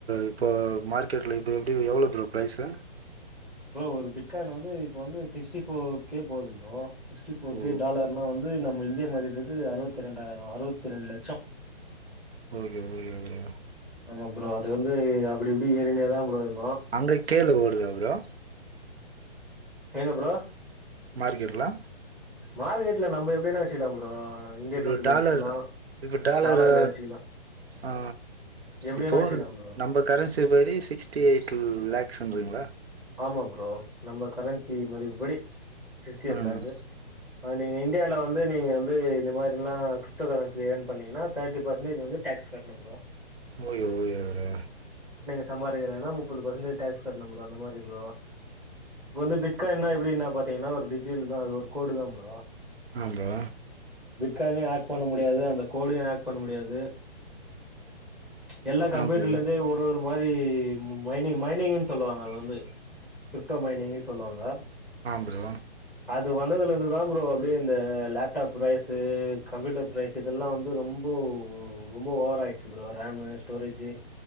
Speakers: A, on the right (about 70°); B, in the centre.
A: இப்போ மார்க்கெட்ல இப்போ எப்டி எவ்ளோ ப்ரோ ப்ரைஸு
B: ப்ரோ ஒரு பிட்காயின் வந்து இப்ப வந்து சிக்ஸ்டி ஃபோர் கே போது ப்ரோ சிக்ஸ்டி ஃபோர்
A: ஓ
B: கே டாலர்ல வந்து நம் இந்திய மதிப்புக்கு அறுவத்தி ரெண்டாயிரோ அறுவத்தி ரெண்டு லட்சோ
A: ஓகே ஓகே ஓகேங்க
B: ஆமா ப்ரோ அது வந்து அப்டி இப்டி ஏறினே தா ப்ரோ இரு
A: அங்க கேளு அதுக்கப்றோ
B: எங்க ப்ரோ
A: மார்க்கெட்ல
B: மார்கெட்ல நம்ம எப்டினா வச்சிக்கலா ப்ரோ இந்தியன் ருப்பில
A: இ டாலர்ல
B: வச்சுக்கலாம்
A: இப்ப டாலரு
B: டாலர்ல வச்சுக்கலாம்
A: ஆ
B: எப்படின்னா
A: இப்போ
B: வச்சுக்கலாம் ப்ரோ
A: நம்ம கரன்சி படி சிக்ஸ்டி எயிட் லாக் சம்றீங்களா
B: ஆமா ப்ரோ நம்ம கரன்சி மதிப்பு படி சிக்ஸ்டி எயிட்
A: ம்
B: லாக்கு நீங்க இந்தியால வந்து நீங்க வந்து இந்த மாரில்லா கிரிப்டோ கரன்சில ஏர்ன் பண்ணீங்கன்னா தேர்ட்டி பெர்சன்டேஜ் வந்து டேக்ஸ் கட்டணும் bro
A: okay okay bro
B: summer <unintelligible> முப்பது பர்சன்டேஜ் டேக்ஸ் கட்டணும் ப்ரோ அந்த மாரி ப்ரோ இப்ப வந்து பிட்கானா எப் டினா பாத்தீங்கன்னா ஒரு டிஜிட்டல் தா அது ஒரு கோடு தா ப்ரோ
A: ஆ ப்ரோ
B: கார்டயு ஆட் பண்ண முடியாது அந்த கோடயு ஆட் பண்ண முடியாது எல்லா கம்ப்யூட்டர்ல
A: ஆ ப்ரோ
B: இருந்தே ஒரு ஒரு மாரி மைனிங் மைனிங்னு சொல்லுவாங்க அத வந் து கிரிப்டோ மைனிங்ன்னு சொல்லுவாங்க
A: ஆம் ப்ரோ
B: அது வந்ததுல இருந்து தா ப்ரோ அப்டியே இந்த லேப்டாப் ப்ரைஸ் கம்ப்யூட்டர் ப்ரைஸ் இதெல்லா வந்து ரொம்போ ரொம்போ ஓவராயிடுச்சு ப்ரோ ரேமு ஸ்டோரேஜி